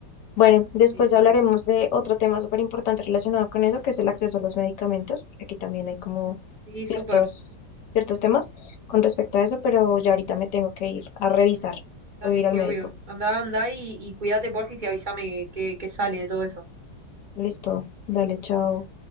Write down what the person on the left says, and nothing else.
Bueno, después
hablaremos
de otro tema súper importante relacionado con eso, que es el acceso a los medicamentos. Aquí también hay como
ciertos,
ciertos temas con respecto a eso, pero ya ahorita me tengo que ir a revisar. Voy
a ir
al médico.
Listo, dale, chao.